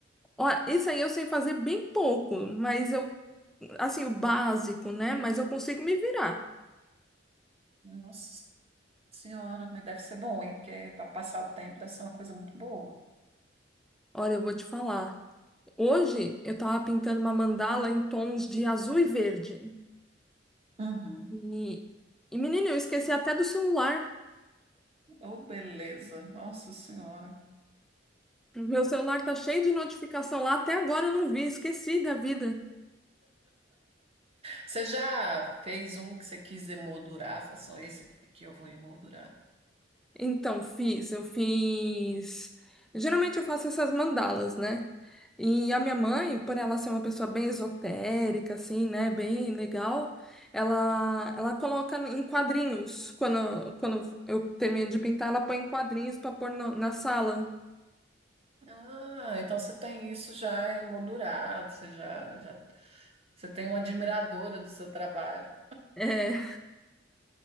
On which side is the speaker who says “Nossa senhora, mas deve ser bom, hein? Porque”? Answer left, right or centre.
Right